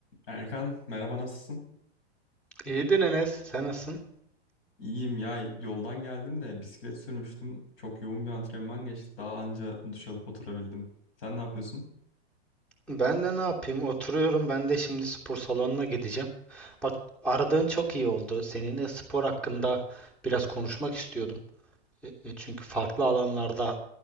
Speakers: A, on the left; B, in the centre.
A: Erkan merhaba nasılsın?
B: İyidir Enes, sen nasılsın?
A: İyiyim ya yoldan geldim de bisiklet sürmüştüm. Çok yoğun bir antrenman geçti. Daha anca duş alıp oturabildim. Sen ne yapıyorsun?
B: Ben de ne yapayım? Oturuyorum. Ben de şimdi spor salonuna gideceğim. Bak, aradığın çok iyi oldu. Seninle spor hakkında biraz konuşmak istiyordum. E, e, Çünkü farklı alanlarda